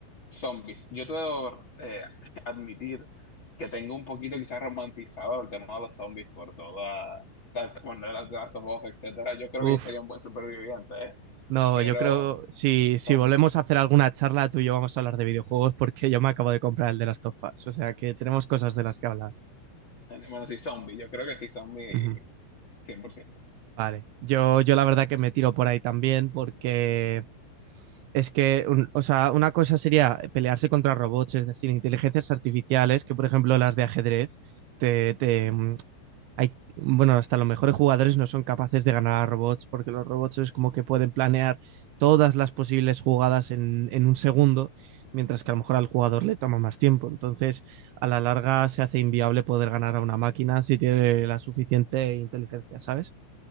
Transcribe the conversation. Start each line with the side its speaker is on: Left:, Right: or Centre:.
Left: Zombies. Yo te debo eh, <laughs> admitir que tengo un poquito quizás romantizado el tema de los zombies por toda, ta- ta- bueno, de las de las voz, etcétera. Yo creo
Right: Uf.
Left: que yo sería un buen superviviente, ¿eh?
Right: No,
Left: Pero
Right: yo creo, si,
Left: zombies.
Right: si volvemos a hacer alguna charla, tú y yo vamos a hablar de videojuegos porque yo me acabo de comprar el de las Last of Us, O sea que tenemos cosas de las que hablar.
Left: Eh, Bueno, sí, zombies. Yo creo que sí, zombie
Right: Ujú.
Left: cien por ciento
Right: Vale. Yo, yo la verdad que me tiro por ahí también porque Es que, un- o sea, una cosa sería pelearse contra robots, es decir, inteligencias artificiales, que por ejemplo las de ajedrez, te, te, mm, hay, bueno, hasta los mejores jugadores no son capaces de ganar a robots, porque los robots es como que pueden planear todas las posibles jugadas en, en un segundo, mientras que a lo mejor al jugador le toma más tiempo. Entonces, a la larga se hace inviable poder ganar a una máquina si tiene la suficiente inteligencia, ¿sabes?